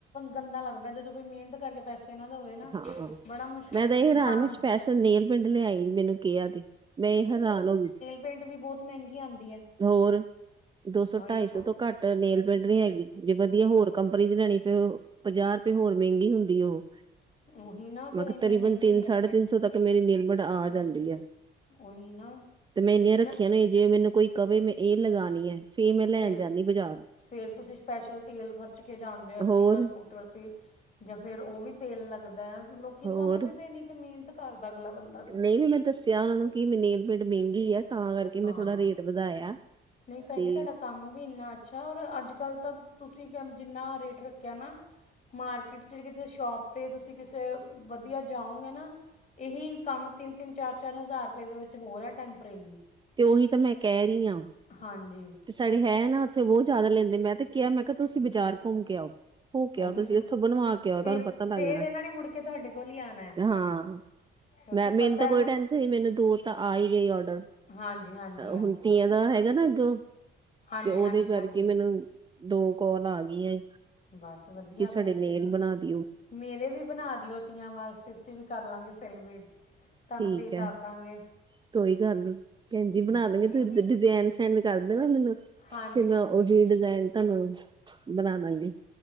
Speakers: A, on the left (about 35°); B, on the right (about 25°).
A: ਗੰਦਾ ਲੱਗਦਾ, ਜਦੋਂ ਕੋਈ ਮਿਹਨਤ ਕਰਕੇ ਪੈਸੇ ਨਾ ਦੇਵੇ ਨਾ
B: ਹਾਂ,
A: ਬੜਾ ਮੁਸ਼ਕ
B: ਮੈਂ ਤਾਂ ਇਹ ਹੈਰਾਨ
A: ਮਨ
B: ਵੀ
A: ਨੂੰ
B: ਸਪੈਸ਼ਲ ਨੇਲ ਪੇੰਡ ਲਿਆਈ ਮੈਨੂੰ ਕਿਹਾ ਤੇ। ਮੈਂ ਹੈਰਾਨ ਹੋ ਗਈ।
A: ਪਿੰਟ ਵੀ ਬਹੁਤ ਮਹਿੰਗੀ ਆਉਂਦੀ ਹੈ।
B: ਹੋਰ ਦੋ ਸੌ,
A: ਇਹ
B: ਢਾਈ ਸੌ ਤੋਂ- ਘੱਟ ਨੇਲ ਪਿੰਟ ਨਹੀਂ ਹੈਗੀ, ਜੇ ਵਧੀਆ ਹੋਰ ਕੰਪਨੀ ਦੀ ਲੈਣੀ ਫੇਰ ਔ- ਪੰਜਾਹ ਰੁਪਏ ਹੋਰ ਮਹਿੰਗੀ ਹੁੰਦੀ ਆ ਉਹ,
A: ਉਹੀ ਨਾ ਫਿਰ
B: ਮੈਂ ਕਿਹਾ
A: ਇੰਨੀ
B: ਤਰੀਬਨ
A: ਮਹਿੰਗੀ
B: ਤਿੰਨ,
A: ਨੇਲ
B: ਸਾਢੇ
A: ਪੇਂਟ
B: ਤਿੰਨ ਸੌ ਤੱਕ- ਮੇਰੀ ਨਿਲਮੜ ਆ ਜਾਂਦੀ ਆ,
A: ਉਹੀ ਨਾ
B: ਤੇ ਮੈਂ ਇੰਨੀਆਂ ਰੱਖੀਆਂ
A: ਨਾ
B: ਨੇ ਜੇ ਮੈਨੂੰ ਕੋਈ ਕਵੇ ਮੈਂ ਇਹ ਲਗਾਣੀ ਹੈ। ਮੈਂ ਲੈਣ
A: ਫੇਰ-
B: ਜਾਂਦੀ ਬਾਜ਼ਾਰ
A: ਫੇਰ ਤੁਸੀਂ ਸਪੈਸ਼ਲ ਤੇਲ ਖਰਚ ਕੇ ਜਾਂਣਦੇ ਹੋ ਐਕਟੀਵਾ
B: ਹੋਰ
A: ਸਕੂਟਰ 'ਤੇ। ਜਾਂ ਫੇਰ ਉਹ ਵੀ ਤੇਲ ਲੱਗਦਾ, ਫ ਲੋਕੀ
B: ਹੋਰ
A: ਸਮਝਦੇ ਨਹੀਂ ਕਿ ਮਿਹਨਤ ਕਰਦਾ ਅਗਲਾ ਬੰਦਾ ਵੀ।
B: ਨਹੀਂ ਮੈਂ ਦੱਸਿਆ ਉਹਨਾਂ ਨੂੰ ਕੀ ਨੇਲਮੈਂਟ ਮਹਿੰਗੀ ਹਾ। ਤਾਂ ਕਰਕੇ ਮੈਂ
A: ਹਾਂ
B: ਥੋੜਾ ਰੇਟ ਵਧਾਇਆ,
A: ਨਹੀਂ ਭੈਣ
B: ਤੇ।
A: ਜੀ ਤੁਹਾਡਾ ਕੰਮ ਵੀ ਇੰਨਾ ਅੱਛਾ, ਔਰ ਅੱਜ ਕੱਲ ਤਾਂ ਤੁਸੀਂ ਜਿੰਨਾ ਰੇਟ ਰੱਖਿਆ ਨਾ- ਮਾਰਕੀਟ ਚ ਕਿ ਸ਼ੋਪ ਤੇ ਤੁਸੀਂ ਕਿਸੇ ਵਧੀਆ ਜਾਓਗੇ ਨਾ ਇਹੀ ਕੰਮ ਤਿੰਨ- ਤਿੰਨ ਚਾਰ- ਚਾਰ ਹਜ਼ਾਰ ਰੁਪਏ ਦੇ ਵਿੱਚ ਹੋਰ ਹੈ ਟੈਂਪਰੇਲੀ।
B: ਤੇ ਉਹੀ ਤਾਂ ਮੈਂ ਕਹਿ ਰਹੀ ਹਾਂ।
A: ਹਾਂਜੀ।
B: ਤੇ ਸਾਡੇ ਹੈ ਨਾ ਉੱਥੇ ਬਹੁਤ ਜ਼ਿਆਦਾ ਲੈਂਦੇ, ਮੈਂ ਤੇ ਕਿਹਾ ਮੈਂ ਕਿਹਾ ਤੁਸੀਂ ਬਾਜ਼ਾਰ ਘੁੰਮ ਕੇ ਆਓ। ਹੋ ਕੇ
A: ਉਹੀ
B: ਆਓ ਤੁਸੀਂ
A: ਨਾ
B: ਇੱਥੋਂ ਬਣਵਾ ਕੇ ਆਓ
A: ਫਿਰ
B: ਤੁਹਾਨੂੰ ਪਤਾ ਲੱਗ
A: ਫਿਰ
B: ਜਾਣਾ,
A: ਇਹਨਾਂ ਨੇ ਮੁੜ ਕੇ ਤੁਹਾਡੇ ਕੋਲ ਹੀ ਆਉਣਾ ਹੈ
B: ਹਾਂ।
A: ਕਿਉਂਕਿ
B: ਮੈਂ ਮੈਨੂੰ
A: ਪਤਾ
B: ਤਾਂ ਕੋਈ
A: ਹੈ ਨਾ
B: ਟੈਨਸ਼ਨ ਸੀ, ਮੈਨੂੰ ਦੋ ਤਾਂ ਆਈ ਗਈ ਆਰਡਰ।
A: ਹਾਂਜੀ ਹਾਂਜੀ ਹਾਂਜੀ
B: ਹੁਣ ਤੀਆਂ ਦਾ ਹੈਗਾ ਨਾ, ਅੱਗੋਂ।
A: ਹਾਂਜੀ
B: ਤੇ ਉਹਦੇ
A: ਹਾਂਜੀ
B: ਕਰਕੇ
A: ਹਾਂਜੀ
B: ਮੈਨੂੰ ਦੋ ਕਾਲ ਆ ਗਈਆਂ।
A: ਬਸ ਵਧੀਆ
B: ਕੀ ਸਾਡੇ
A: ਫਿਰ
B: ਨੇਲ
A: ਤਾਂ
B: ਬਣਾ ਦੇ।
A: ਮੇਰੇ ਵੀ ਬਣਾ ਦਿਓ ਤੀਆਂ ਵਾਸਤੇ, ਅਸੀਂ ਵੀ ਕਰ ਲਵਾਂਗੇ ਸੈਲੀਬ੍ਰੇਟ। ਤੁਹਾਨੂੰ
B: ਠੀਕ
A: ਪੇ ਕਰਦਾਂਗੇ।
B: ਹੈ ਕੋਈ ਗੱਲ ਨੀ ਭੈਣਜੀ ਬਣਾ ਲਾਂਗੇ
A: ਵਧੀਆ
B: ਤੁਸੀਂ ਡਿਜਾਇਨ ਸੈਂਡ ਕਰ ਦੇਨਾ ਮੈਨੂੰ।
A: ਹਾਂਜੀ
B: ਫੇਰ
A: ਹਾਂਜੀ
B: ਮੈਂ ਉਹੀ ਡਿਜ਼ਾਇਨ ਤੁਹਾਨੂੰ ਬਣਾ ਦਾਂਗੀ।